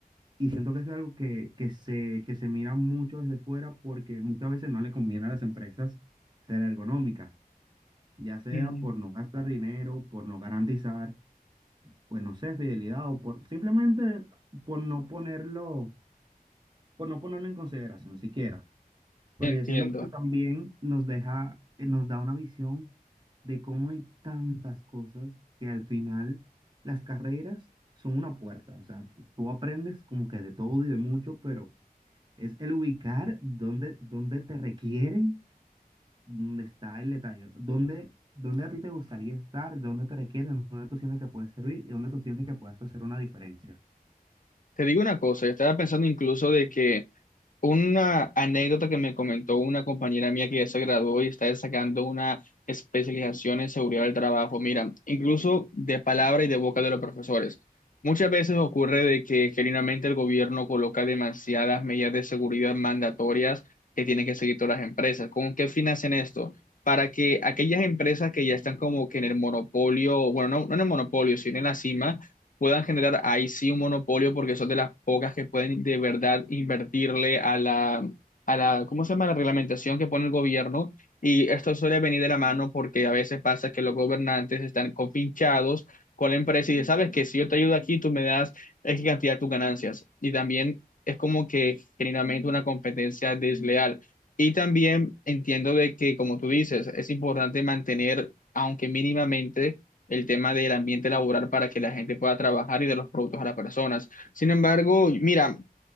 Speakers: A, on the right; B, on the left.
A: Y siento que eso es algo que, que se, que se mira mucho desde fuera porque muchas veces no le conviene a las empresas ser ergonómicas. ya sea
B: ujú.
A: por no gastar dinero, por no garantizar, pues no sé, fidelidad o por simplemente por no ponerlo, por no ponerlo en consideración siquiera. Pero
B: Entiendo.
A: yo siento que esto también nos deja, eh, nos da una visión de cómo hay tantas cosas que al final las carreras son una puerta. O sea, tú aprendes como que de todo y de mucho, pero es el ubicar dónde, dónde te requieren ¿Dónde está el detalle? ¿Dónde, dónde a ti te gustaría estar? ¿Dónde te requieren? ¿Dónde tú sientes que puedes servir? ¿Y dónde tú sientes que puedes hacer una diferencia?
B: Te digo una cosa, yo estaba pensando incluso de que Una anécdota que me comentó una compañera mía que ya se graduó y está sacando una especialización en seguridad del trabajo. Mira, incluso de palabra y de boca de los profesores. Muchas veces ocurre de que genuinamente el gobierno coloca demasiadas medidas de seguridad mandatorias que tienen que seguir todas las empresas. ¿Con qué fin hacen esto? Para que aquellas empresas que ya están como que en el monopolio, bueno, no, no en el monopolio, sino en la cima puedan generar ahí sí un monopolio porque son de las pocas que pueden de verdad invertirle a la, a la, ¿cómo se llama? La reglamentación que pone el gobierno. Y esto suele venir de la mano porque a veces pasa que los gobernantes están compinchados con la empresa y dicen, sabes que si yo te ayudo aquí, tú me das X cantidad de tus ganancias. Y también es como que generalmente una competencia desleal. Y también entiendo de que, como tú dices, es importante mantener, aunque mínimamente, el tema del ambiente laboral para que la gente pueda trabajar y de los productos a las personas. Sin embargo, mira,